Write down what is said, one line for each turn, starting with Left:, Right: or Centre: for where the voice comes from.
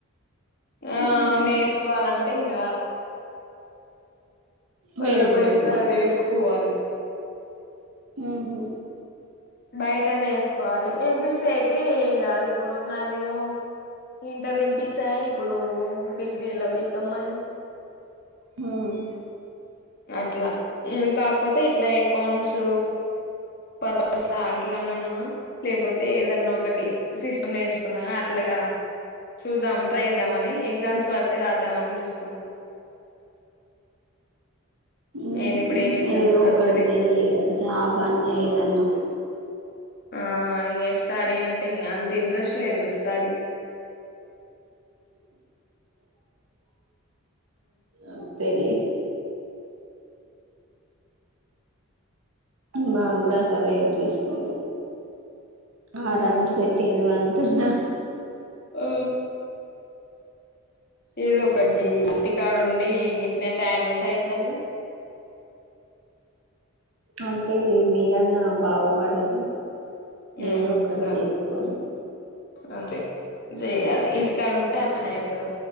Left: ఆ
Right: ఉహు
Left: నేర్చుకోవాలంత్ అంటే ఇగ మల్ల
Right: వేరే కోచింగా
Left: బయటా నేర్సు కువాలి
Right: ఉహు
Left: బయట నేర్సుకోవాలి, ఎం పీ సి అయితే ఏం కాదు ఇప్పుడు నాదేమో, ఇంటర్ ఎం పీ సి ఆయే, ఇప్పుడు డిగ్రీల బీకమ్ ఆయే.
Right: హ్మ్
Left: అట్లా, ఉమ్ కాకపోతే ఇట్లా ఎకౌంట్స్ పర్పస్ అట్లానన్నా లేపోతే ఏదన్నా ఒకటి సిస్టమ్ నేర్చుకున్నాగా అట్లాగా, చూద్దాం ట్రై చేద్దామ అని ఎగ్జామ్స్ పడతే రాద్దామని చూస్తున్నా.
Right: ఉహు
Left: నేను ఇప్పుడు ఏమి ఎగ్జామ్స్
Right: ఏదో
Left: పడతలే
Right: ఒకటి చెయ్యి ఇగ, జాబ్ అన్నా ఏదన్నా
Left: ఆ ఇగ స్టడీ అంటే ఇంగ అంత ఇంట్రెస్ట్ లేదు, స్టడీ
Right: అంతే యే మాకు కూడా అసలే ఇంట్రెస్ట్ లేదు. ఆరమ్సే
Left: ఆ
Right: తిని వన్ <unintelligible>
Left: ఆ ఏదొ ఒకటి జేయి ఇంటికాడున్ టే ఇట్నే టైమ్ వేస్ట్ అయితది
Right: అంతే లే మీరన్నా బాగుపడుర్రి
Left: ఉమ్
Right: ఏదో ఒకటి
Left: సో
Right: జేసుకొర్రి
Left: అంతే జేయ్యాలి ఇంటికాడుంటే అట్నే అయితను